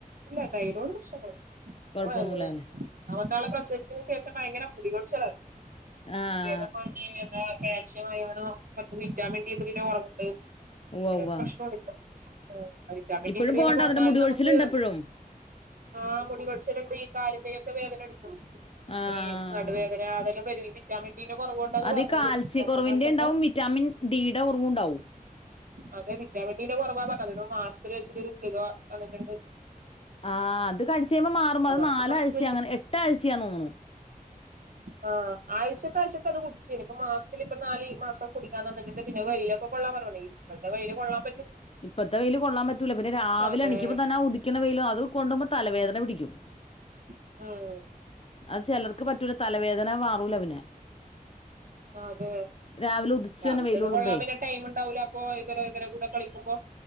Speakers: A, on the right (about 65°); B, on the left (about 40°).
A: ഇല്ല തയ്റോട് പ്രശ്നങ്ങണ്ടായ്ന്
B: കൊഴപ്പൊന്നുല്ലാല്ലെ
A: ഓ ആഹ് വെ ന്നാമത്താളെ പ്രസവ്ച്ചേന് ശേഷം ഭയങ്കര മുടികോയ്ച്ച്ലാന്ന്
B: ആഹ്
A: മുടി‌ക്കെകൊയ്ഞ്ഞ്ന്താ ക്യാൽഷ്യം അയണും പ്പംവിറ്റാമിൻഡിത്രീടെ കൊറവ്ണ്ട് അങ്ങനെ
B: ഉവ്വ ഉവ്വ
A: പ്രശ്നാണിപ്പം ഉം വിറ്റാമിൻഡീത്രീന്നെ
B: ഇപ്പഴും പോവ്ണ്ടോ
A: കൊറഞ്ഞാലും
B: എന്നിട്ട് മുടി കൊഴിച്ചിലുണ്ടോ
A: നമുക്ക്
B: ഇപ്പഴും
A: ആഹ് മുടികൊഴിച്ച്ല്ണ്ട് ഈകാലുംകയ്യൊക്കെ വേദനട്ക്കും
B: ആഹ്
A: ഏഹ് നടുവേദന അതെല്ലാവര് വി റ്റാമിൻഡിന്റെ കൊറവ്കൊണ്ടാന്ന
B: അത്
A: പറഞ്ഞത്
B: ഈ കാൽസ്യ
A: ഡോക്ടറെ
B: കൊറവിന്റെ
A: കാൺച്ചപ്പോ
B: ഇണ്ടാവും വിറ്റാമിൻ ഡിയുടെ കൊറവും ഇണ്ടാവും
A: അതെ വിറ്റാമിൻഡീന്റെ കൊറവാപറഞ്ഞത് ഒര് മാസ്ത്തില് വെച്ച്ട്ടൊര് തുകവ വന്ന്ട്ട്ണ്ട്
B: ആഹ് അത് കട്ച്ചയ്മ്പം മാറും
A: അതുകൊണ്ടിപ്പോ
B: അത് നാലാഴ്ചങ്ങ്
A: കുറച്ച്
B: എട്ടാഴ്ചയാന്ന് തോന്ന്ണു
A: പ്പാ ആഴ്ചക്കാഴ്ചക്ക് അത് കുടിച്ചേന് പ്പം മാസ്ത്ത്ലിപ്പം നാല് മാസം കുടിക്കാൻ തന്ന്ട്ട്ണ്ട് പിന്നെ വെയ്ലെക്കെകൊള്ളാൻപറഞ്ഞ്ന് ഇപ്പഴ്ത്തെ വെയ്ല് കൊള്ളാം
B: ഇപ്പത്തെ വെയ്ല് കൊള്ളാൻ പറ്റുല പിന്നെ രാവിലെ
A: അതെ
B: എണിക്കുമ്പോ തന്നെ ഉദിക്കണ വെയ്ല് അത്കൊണ്ടുമ്പോ തലവേദന പിടിക്കും
A: ഉം
B: അത് ചെലർക്ക് പറ്റുല തലവേദന വാറൂലപിന്നെ
A: ആതേ
B: രാവിലെ ഉദിച്ചു
A: രാവിലത്തേത്
B: തന്നെ വെയില് കൊള്ളുമ്പേ
A: കൊള്ളാപിന്നെ ടൈംമ്ണ്ടാവൂലപ്പൊ ഇവരെ ഇവരെ കൂടെ കളിക്കുമ്പോ